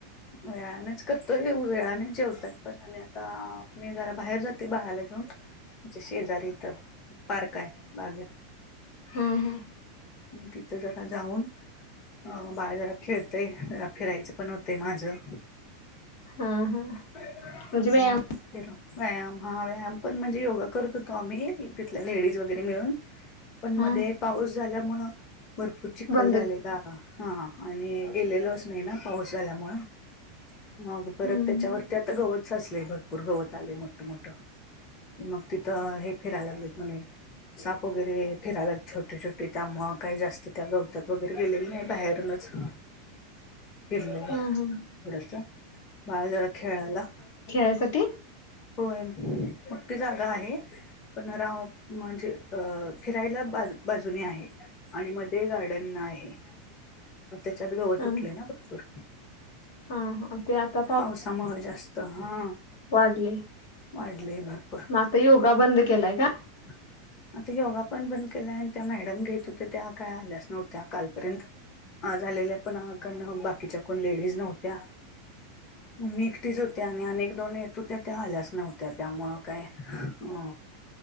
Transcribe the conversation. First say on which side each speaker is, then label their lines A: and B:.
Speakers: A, on the left; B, on the left.
A: वेळानच करतोय वेळाने जेवतात पण आणि आता मी जरा बाहेर जाते बाळाला घेऊन. जे शेजारी इथं पार्क आहे बागेत.
B: हं हं
A: म तिथे जरा जाऊन अ बाळ जरा खेळते जरा फिरायचं पण होते माझं.
B: हं हं
A: हम्म
B: म्हणजे व्यायाम
A: तेलो. व्यायाम हा व्यायाम पण म्हणजे योगा करत होतो आम्ही तिथल्या लेडीज वगैरे मिळून. पण
B: हं
A: मध्ये पाऊस झाल्यामुळ भरपूर चिखल
B: बंद
A: झाले.
B: हं
A: दारा हा आणि गेलेलोच नाही ना पाऊस आल्यामुळं. मग परत
B: हं
A: त्याच्यावरती आता गवत साचलंय, भरपूर गवत आलंय मोठं मोठं. मग तिथं हे फिरायला लागलेत म्हणे. साप वगैरे फिरायल्यात छोटे छोटे. त्यामुळे काही जास्त त्या गवतात वगैरे गेलेले नाही. बाहेरूनच ह. फिरलो थोडसं
B: हं हं.
A: बाळ जरा खेळायला
B: त्यासाठी
A: होय मोठी जागा आहे. पन्ना राव म्हणजे अ फिरायला बाज बाजूने आहे. आणि मध्ये गार्डन आहे, मग त्याच्यात गव
B: हं
A: तुटले ना भरपूर.
B: हं हं ते आता
A: पावसामुळे जास्त हा.
B: लागले.
A: वाढलंंय फार.
B: मग आता योगा बंद केलाय काय?
A: ह आता योगा पण बंद केलाय. आणि त्या मॅडम घेत होते्या त्या काय आल्याच नव्हत्या कालपर्यंत. आ झालेल्या पण कारण बाकीच्या कोण लेडीज नव्हत्या. मम्मी एकटीच होते आणि अनेक दोन येत होत्या त्या आल्याच नव्हत्या त्यामुळं काय अ